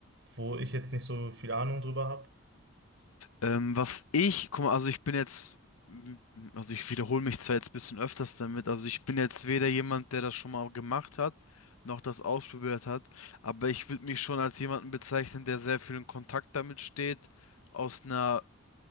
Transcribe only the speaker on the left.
Ähm, was ich, guck mal, also ich bin jetzt, m- also ich wiederhole mich zwar jetzt ein bisschen öfters damit, also ich bin jetzt weder jemand, der das schon mal gemacht hat, noch das ausprobiert hat, aber ich würde mich schon als jemanden bezeichnen, der sehr viel in Kontakt damit steht, aus einer